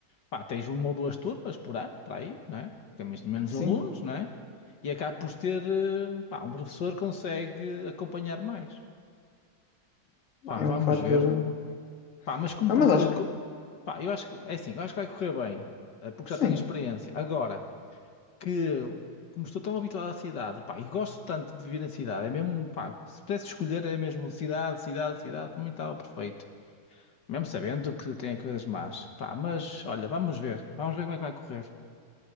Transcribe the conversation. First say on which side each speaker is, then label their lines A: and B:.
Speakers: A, on the left; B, on the left.
A: Pá, tens uma ou duas turmas por ano, para aí, não é? Temos menos
B: Sim,
A: alunos, não é? E acaba por ter, eh, pá, um professor consegue acompanhar mais. Pá,
B: é
A: vamos
B: é um fator.
A: ver.
B: eh.
A: Pá, mas como,
B: Ah,
A: pre-
B: mas acho
A: eh, co-
B: que
A: pá, eu acho que, é assim, eu acho que vai correr bem, eh, porque
B: sim,
A: já tenho experiência. Agora, que, como estou tão habituado à cidade, pá, e gosto tanto de viver na cidade, é mesmo, pá, se pudesse escolher, é mesmo cidade, cidade, cidade, para mim estava perfeito. Mesmo sabendo que tem coisas más. Pá, mas, olha, vamos ver. Vamos ver como é que vai correr.